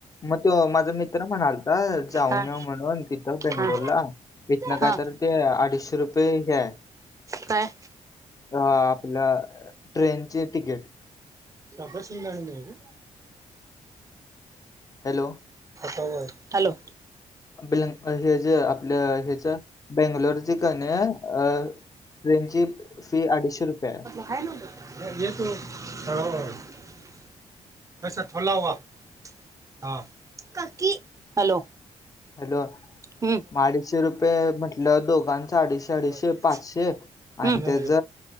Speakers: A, on the left; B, on the right.
A: मग त्यो माझा मित्र म्हणालता जाऊन
B: हां
A: येऊ म्हणून तिथं बेंगलोरला
B: हां
A: इथन
B: हां
A: काय तर ते अडीचशे रुपये हे हाय
B: काय
A: आपल ट्रेनची तिकीट
B: साखर शेंगदाणे नाही काय
A: हॅलो
B: होय हॅल्लो
A: ब हे जे आपल्या हेच बेंगलोरचे कणी अ ट्रेनची फी अडीचशे रुपये आहे.
B: हाय नव्ह त्यात <unintelligible> <unintelligible> हॅलो
A: हॅलो
B: हम
A: अडीचशे रुपये म्हटल दोघांच अडीचशे अडीशे
B: हाँ ये
A: पाचशे
B: हम्म
A: आणि
B: नहीं
A: त्याच